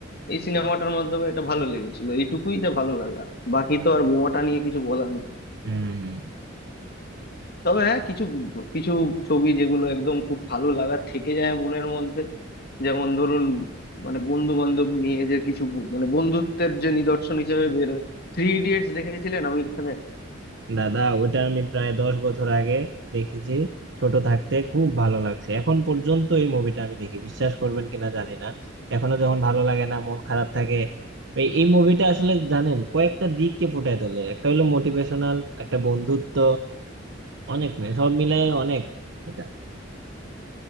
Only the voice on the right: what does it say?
হুম হুম।
দাদা ওটা আমি প্রায় দশ বছর আগে দেখেছি ছোট থাকতে খুব ভালো লাগছে এখন পর্যন্ত এই মুভিটা আমি দেখি বিশ্বাস করবেন কিনা জানি না এখনো যখন ভালো লাগে না মন খারাপ থাকে এই এই মুভিটা আসলে জানেন কয়েকটা দিককে ফুটায় তোলে একটা হলো মোটিভেশনাল একটা বন্ধুত্ব অনেক মেয়ে সব মিলায় অনেক এটা